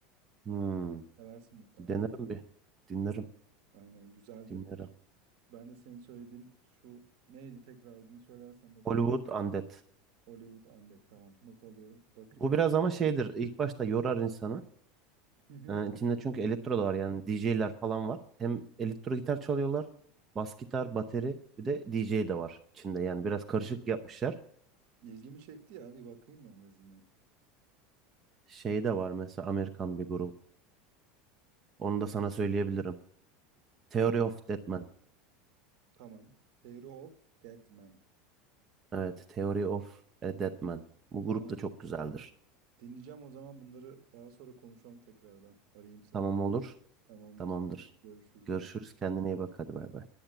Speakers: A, on the right; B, on the right.
A: Hmm.
B: Seversin muhtemelen.
A: Denerim bir. Dinlerim.
B: Aynen güzeldir.
A: Dinlerim.
B: Ben de senin söylediğin şu neydi tekrar adını söylersen not
A: Hollywood
B: alayım.
A: Undead.
B: Hollywood Undead tamam not alıyorum. Bakacağım.
A: Bu biraz ama şeydir. İlk başta yorar insanı.
B: Hı hı.
A: Ee, içinde çünkü elektro da var yani DJ'ler falan var. Hem elektro gitar çalıyorlar. Bas gitar, bateri bir de DJ de var içinde. Yani biraz karışık yapmışlar.
B: İlgimi çekti ya bir bakayım en azından.
A: Şey de var mesela Amerikan bir grup. Onu da sana söyleyebilirim. Theory
B: Tamam.
A: of Deadman.
B: Tamam. Theory of Dead Man.
A: Evet, Theory of a Deadman. Bu
B: Tamam.
A: grup da çok güzeldir.
B: Dinleyeceğim o zaman bunları daha sonra konuşalım tekrardan. Arayayım seni.
A: Tamam olur.
B: Tamamdır.
A: Tamamdır.
B: Görüşürüz.
A: Görüşürüz.
B: Bay
A: Kendine iyi bak. Hadi bay bay.